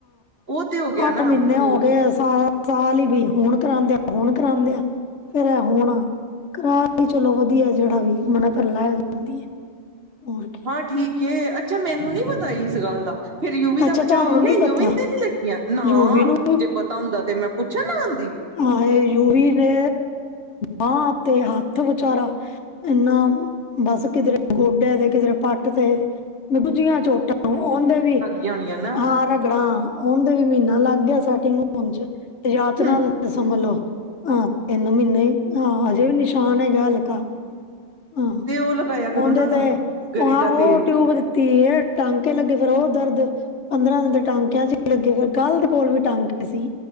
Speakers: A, on the right; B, on the left.
A: ਉਹ, ਤੇ ਹੋ ਗਿਆ
B: ਔ
A: ਨਾ
B: ਮਹੀਨੇਂ ਹੋ
A: ਉਹ
B: ਗਏ, ਸ ਸਾਲ ਹੀ ਬੀਤ ਹੁਣ ਕਰਾਦੇ ਆ ਹੁਣ ਕਰਾਦੇ ਆ ਫੇਰ ਇਹ ਹੁਣ, ਕਿਰਾਆ ਵੀ ਚਲੋਂ ਵਧੀਆ ਜਿਹੜਾ ਵੀ ਮਨਾ ਫਿਰ ਲੈ ਜਾਂਦੀ ਅ ਹੋਰ
A: ਹਾਂ ਠੀਕ ਐ, ਅੱਛਾ ਮੈਨੂੰ ਨੀ ਪਤਾ, ਇਸ ਗੱਲ ਦਾ ਫੇਰ ਯੂਵੀ
B: ਅੱਛਾ
A: ਦਾ ਬਚਾ
B: ਤੁਹਾਨੂੰ
A: ਹੋ ਗਿਆ,
B: ਨੀ ਪਤਾ
A: ਯੂਵੀ ਤੇ ਨੀ ਲੱਗੀਆਂ, ਨਾ
B: ਯੂਵੀ ਨੂੰ
A: ਜੇ ਪਤਾ ਹੁੰਦਾ ਤੇ, ਮੈਂ ਪੁੱਛਣ ਨਾ ਆਦੀ
B: ਹਾਂਏ ਯੂਵੀ ਵੇ, ਆਹ ਤੇ ਹੱਥ ਵਿਚਾਰਾ ਇਨਾ ਬਸ, ਕਿਧਰੇ ਗੋਡੇ ਤੇ, ਕਿਧਰੇ ਪੱਟ ਤੇ ਮ ਗੂਜੀਆਂ ਚੋਟਾਂ ਆਉਂਦੇ ਵੀ
A: ਲਾਉਣੀਆਂ ਨਾ
B: ਆ ਰਗੜਾ, ਉਹ ਦੇ ਵੀ ਮਹੀਨਾ ਲੱਗ ਗਿਆ, ਸੈ ਟਿੰਗ ਹੋਣ ਤੇ ਯਾਤਰਾ
A: ਹੂੰ
B: ਦੇ ਸਮਜ ਨਾ ਆਹ, ਤਿੰਨ ਮਹੀਨੇ ਆ ਅਜੇ ਨਿਸ਼ਾਨ ਹੈਗਾ ਹਲਕਾ ਆਹ,
A: ਤੇ ਉਹ ਲਗਾਇਆ ਕਰੋ
B: ਉਹਦੇ
A: ਨਾ
B: ਤੇ
A: ਗਰੀ
B: ਆ
A: ਦਾ
B: ਉਹ
A: ਤੇਲ
B: ਟਿਊਬ ਤੇ ਟਾਕੇ ਲੱਗੇ ਫੇਰ ਉਹ ਦਰਦ ਪੰਦਰਾਂ ਦਿਨ ਦੇ ਟਾਂਕਿਆਂ ਚ ਲੱਗੇ ਫਰ ਗੱਲ ਦੇ ਕੋਲ ਵੀ ਟਾਂਕੇ ਸੀ।